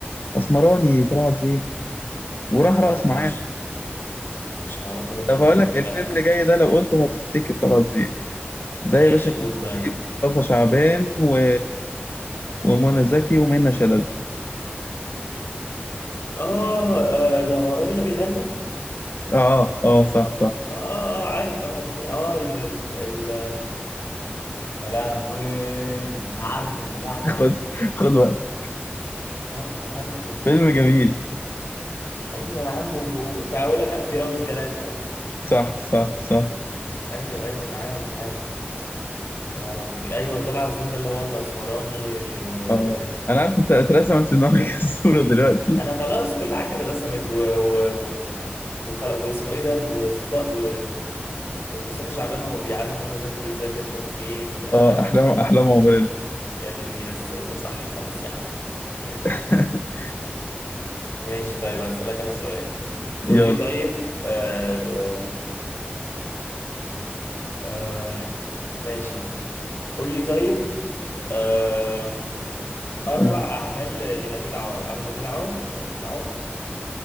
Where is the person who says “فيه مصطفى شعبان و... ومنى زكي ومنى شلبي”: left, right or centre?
Left